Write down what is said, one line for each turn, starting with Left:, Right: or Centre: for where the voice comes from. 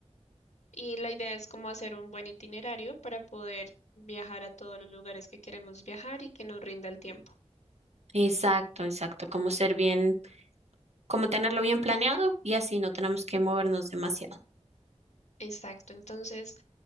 Left: Y la idea es como hacer un buen itinerario para poder viajar a todos los lugares que queremos viajar y que nos rinda el tiempo.
Right: Exacto, exacto. Como ser bien, como tenerlo bien planeado y así no tenemos que movernos demasiado.
Left: Exacto, entonces